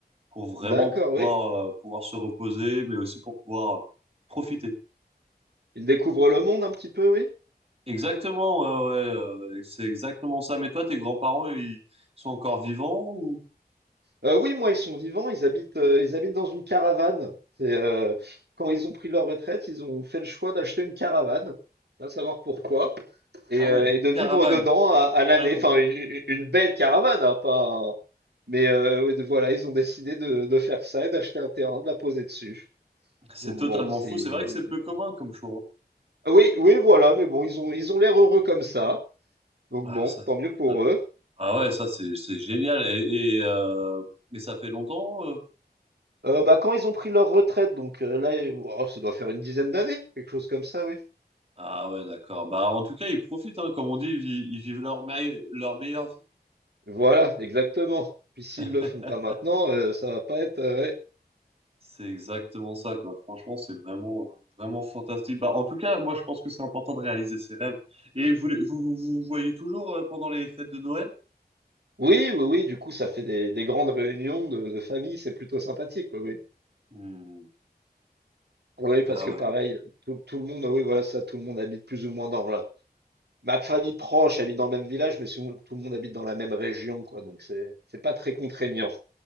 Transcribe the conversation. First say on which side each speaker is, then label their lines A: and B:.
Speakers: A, on the right; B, on the right.
A: pour vraiment
B: D'accord,
A: pouvoir,
B: oui.
A: euh, pouvoir se reposer, mais aussi pour pouvoir euh, profiter.
B: Ils découvrent le monde un petit peu, oui.
A: Exactement, ouais, ouais, euh, c'est exactement ça. Mais toi, tes grands-parents, ils sont encore vivants ou...
B: Heu, oui, moi, ils sont vivants, ils habitent, heu, ils habitent dans une caravane. C'est, heu, quand ils ont pris leur retraite, ils ont fait le choix d'acheter une caravane, va savoir pourquoi et
A: Ah
B: heu
A: ouais, une
B: et de vivre
A: caravane,
B: dedans à à
A: carrément.
B: l'année. Enfin, u une belle caravane, hein, pas un mais heu, oui, de voilà, ils ont décidé de de faire ça et d'acheter un terrain, de la poser dessus.
A: C'est
B: Donc
A: totalement
B: bon, c'est
A: fou. C'est vrai que c'est peu commun comme choix.
B: Ah oui, oui, voilà, mais bon, ils ont ils ont l'air heureux comme ça, donc
A: hein.
B: bon,
A: Ah, ça, c'est
B: tant mieux
A: totalement.
B: pour eux.
A: Ah ouais, ça, c'est, c'est génial. Et, et, euh, et ça fait longtemps. euh
B: Heu, bah, quand ils ont pris leur retraite, donc heu, là, heu, oh, ça doit faire une dizaine d'années, quelque chose comme ça, oui.
A: Ah ouais, d'accord. Bah, en tout cas, ils profitent, hein. Comme on dit, ils, vi- ils vivent leur, meille- leur meilleure vie.
B: Voilà, exactement. Puis s'ils
A: <laughs>
B: le font pas maintenant, euh, ça va pas être. euh, ouais.
A: C'est exactement ça, quoi. Franchement, c'est vraiment, euh, vraiment fantastique. Bah, en tout cas, moi, je pense que c'est important de réaliser ses rêves. Et vous, les- vous, vous, vous voyez toujours euh, pendant les fêtes de Noël?
B: Oui, oui, oui. Du coup, ça fait des, des grandes réunions de, de famille. C'est plutôt sympathique. Oui, oui.
A: Hmm.
B: Oui, parce
A: Ah
B: que
A: ouais,
B: pareil, tout, tout le monde. Oui, voilà, ça. Tout le monde habite plus ou moins dans la. Ma famille proche habite dans le même village, mais sinon, tout le monde habite dans la même région, quoi. Donc c'est c'est pas très contraignant.